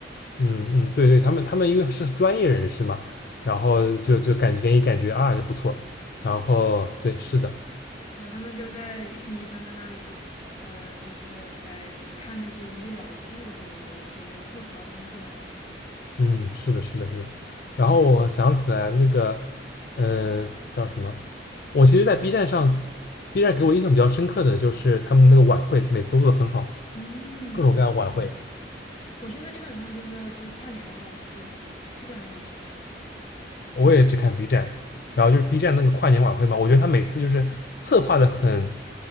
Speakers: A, on the left; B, on the left.
A: 嗯嗯，对对，他们他们因为是专业人士嘛，然后就就感觉给你感觉啊，就不错。然后对，是的，
B: 对，他们就在一群医生在那里，呃，就是在就是看那些医疗剧的那一个系列，吐槽真的特别好笑。
A: 嗯，是的，是的，是的。然后我想起来那个，嗯、叫什么？我其实，在 B 站上，B 站给我印象比较深刻的就是他们那个晚会，每次都做的很好，
B: 嗯，
A: 各种各样的晚会，
B: 我现在基本上就是就是跨年的话，我就基本上就只看 B 站了。
A: 我也只看 B 站。然后就是 B 站那个跨年晚会嘛，我觉得他每次就是策划的很